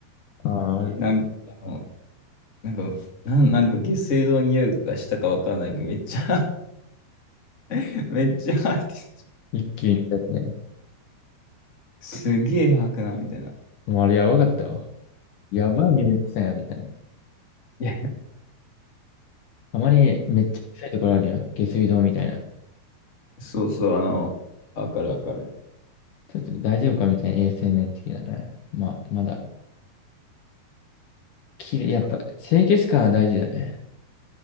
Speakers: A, on the left (about 60°); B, on the left (about 25°).
A: ああ、
B: なんか、あのなんか、なん、なんか下水道の匂いがしたかわかんないけど、めっちゃ <laughs> めっちゃ吐いてる。
A: 一気に来たやつね。
B: すげえ吐くな、みたいな。
A: もうあれやばかったわ。やばい匂い臭いな、みたいな。
B: いや、
A: たまにめっちゃ臭いところあるやん。下水道みたいな。
B: そうそう、あの、わかるわかる。
A: ちょっと大丈夫かみたいな衛生面的なね。まあ、まだ、きれい、やっぱ清潔感は大事だね。